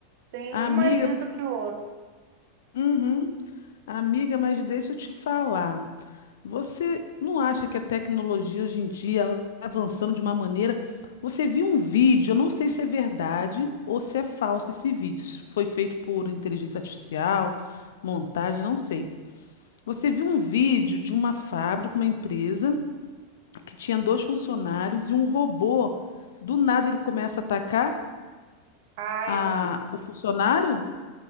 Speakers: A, on the right (about 50°); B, on the left (about 85°).
A: Tem
B: Amiga,
A: um mais lindo que o outro.
B: uhum. Amiga, mas deixa eu te falar. Você não acha que a tecnologia hoje em dia ela tá avançando de uma maneira? Você viu um vídeo, eu não sei se é verdade ou se é falso esse vídeo. se Foi feito por inteligência artificial, montagem, não sei. Você viu um vídeo de uma fábrica, uma empresa, que tinha dois funcionários e um robô. Do nada ele começa a atacar
A: Ah,
B: a-
A: eu vi.
B: o funcionário?